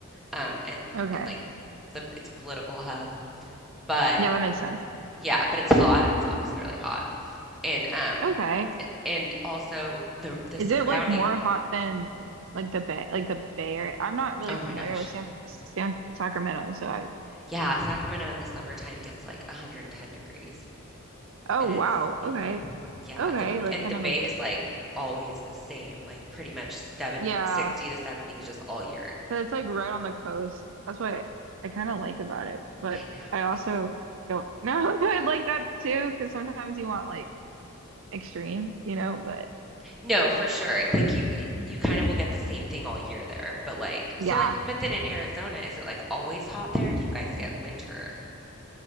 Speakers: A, in the centre; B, on the right.
A: Um, and
B: Okay.
A: and like the it's a political hub, but
B: Yeah, that makes sense.
A: yeah, but it's hot. It's obviously really hot. And um
B: Okay.
A: and also the the
B: Is
A: surrounding
B: it like more hot than like the Bay, like the Bay Area? I'm not really
A: oh
B: familiar
A: my gosh.
B: with San, San Sacramento, so I.
A: Yeah, Sacramento in the summertime gets like 110 degrees
B: Oh
A: and
B: wow.
A: it's
B: Okay.
A: hmm Yeah,
B: Okay.
A: the
B: Like
A: and
B: kind
A: the
B: of
A: bay
B: like
A: is like always the same, like pretty much 70
B: yeah,
A: 60 to 70 just all year.
B: but it's like right on the coast. That's what I, I kind of like about it. But
A: I know.
B: I also
A: It's
B: don't know. <laughs> I like that too because sometimes you want like extreme, you know. But
A: No, for sure. Like you you kind of will get the same thing all year there, but like
B: yeah.
A: so like but then in Arizona is it like always hot there? Do you guys get winter?